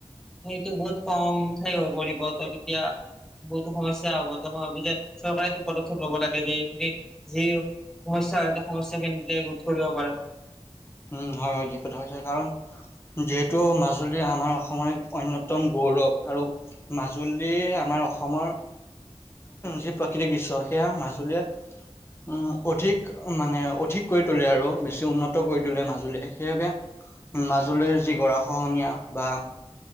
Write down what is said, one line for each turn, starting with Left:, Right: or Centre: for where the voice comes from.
Centre: সেইটো বহুত কম ঠাই হৈ পৰিব ত তেতিয়া। বহুতো সমস্যা সমাধান হ'ব চৰকাৰে এই পদক্ষেপ লব যে এইখিনি যি- সমস্যা হয়, সমস্যা কেনকে নিজে ৰোধ কৰিব পাৰে?
Left: উম, হয়, হয়, ঠিক কথা কৈছা। কাৰণ- যিহেতু মাজুলী আমাৰ অসমৰ এক অন্যতম গৌৰৱ আৰু- মাজুলী আমাৰ অসমৰ- যি প্ৰাকৃতিক দৃশ্য সেয়া মাজুলী- উম, অধিক মানে অধিক কৰি তোলে আৰু বেছি উন্নত- ত কৰি তোলে মাজুলীয়ে। সেইবাবে মাজুলীৰ যি গৰা খহনীয়া বা-